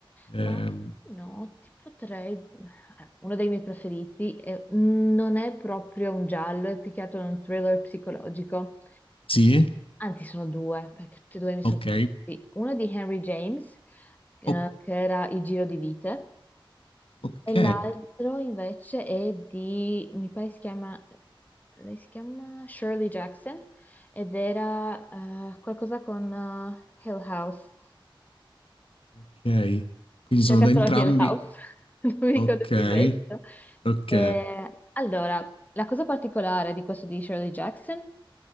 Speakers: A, on the left (about 85°); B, on the left (about 20°).
A: Ehm,
B: Ma no, ti potrei. Uno dei miei preferiti è- non è proprio un giallo, è più che altro un thriller psicologico.
A: sì?
B: Anzi, sono due, perché tutti e due mi sono
A: Ok.
B: piaciuti. Uno di Henry James, eh,
A: O-
B: che era Il giro di vite,
A: ok.
B: e l'altro invece è di, mi pare si chiama, lei si chiama Shirley Jackson, ed era eh, qualcosa con eh, Hill House.
A: Ok. Quindi
B: Cercatelo
A: sono da entrambi.
B: anche il house, <laughs> non mi ricordo
A: Ok.
B: più il resto.
A: Ok.
B: Eh, allora, la cosa particolare di questo di Shirley Jackson